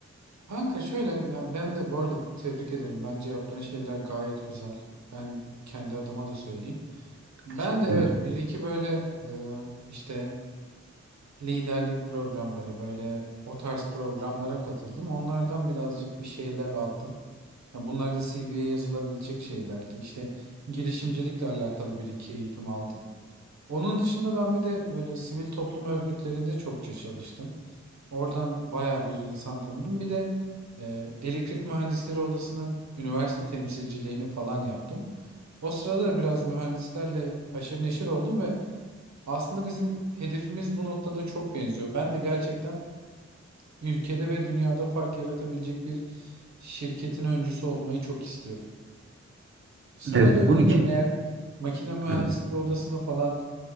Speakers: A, on the right; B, on the right.
A: Kanka şöyle ya ben de bu arada tebrik ederim. Bence yaptığın şeyler gayet güzel. Ben kendi adıma da söyleyeyim. Ben
B: Teşekkürler.
A: de evet bir iki böyle e, işte liderlik programları böyle o tarz programlara katıldım. Onlardan birazcık bir şeyler aldım. Ha, Bunlar da CV'ye yazılabilecek şeylerdi. İşte girişimcilikle alakalı bir iki eğitim aldım. Onun dışında ben bir de böyle sivil toplum örgütlerinde çokça çalıştım. Oradan baya bir insan tanıdım. Bir de e, elektrik mühendisleri odasının üniversite temsilciliğini falan yaptım. O sırada da biraz mühendislerle haşır neşir oldum ve aslında bizim hedefimiz bu noktada çok benziyor. Ben de gerçekten Ülkede ve dünyada fark yaratabilecek bir şirketin öncüsü olmayı çok istiyorum. Sana
B: Evet,
A: da öneririm
B: bunun ki
A: eğer makine mühendisleri
B: evet
A: odasına falan